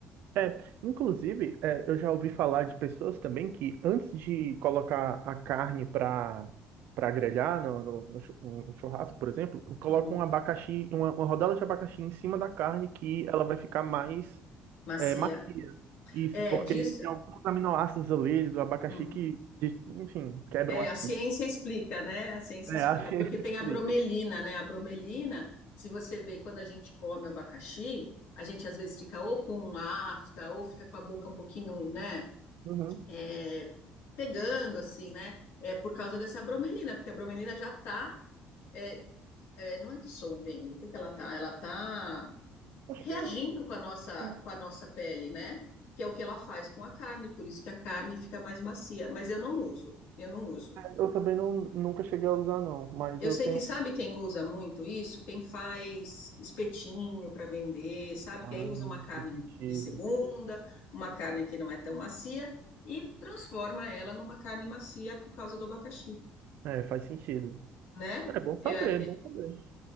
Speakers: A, on the right; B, on the left.
A: É, inclusive, é, eu já ouvi falar de pessoas também que antes de colocar a carne para para grelhar no, no- no chu- no churrasco, por exemplo, colocam
B: Uhum.
A: um abacaxi, uma, uma rodela de abacaxi em cima da carne que ela vai ficar mais
B: Macia.
A: É, macia. Isso,
B: É,
A: porque
B: diz.
A: tem alguns aminoácidos ali do abacaxi
B: uhum.
A: que, de- enfim, quebram
B: É,
A: as
B: a ciência
A: fibras.
B: explica, né? A ciência
A: É,
B: explica,
A: assim
B: porque
A: <laughs> ele
B: tem
A: explica.
B: a bromelina, né? A bromelina, se você vê quando a gente come abacaxi, a gente às vezes fica ou com afta, ou fica com a boca um pouquinho, né?
A: Uhum.
B: é, pegando, assim, né? É por causa dessa bromelina, porque a bromelina já tá, é, é, não é dissolvendo, o que que ela tá? Ela tá
A: Acho
B: reagindo
A: que é,
B: com a nossa,
A: sim.
B: com a nossa pele, né? Que é o que ela faz com a carne, por isso que a carne fica mais macia, mas eu não uso, eu não uso.
A: Eu também não, nunca cheguei a usar, não, mas
B: Eu
A: eu
B: sei
A: tenho.
B: que sabe quem usa muito isso? Quem faz espetinho para vender, sabe?
A: Ah,
B: Que aí usa uma carne
A: faz sentido.
B: de segunda, uma carne que não é tão macia e transforma ela numa carne macia por causa do abacaxi,
A: É, faz sentido.
B: né?
A: É bom saber,
B: É,
A: bom saber.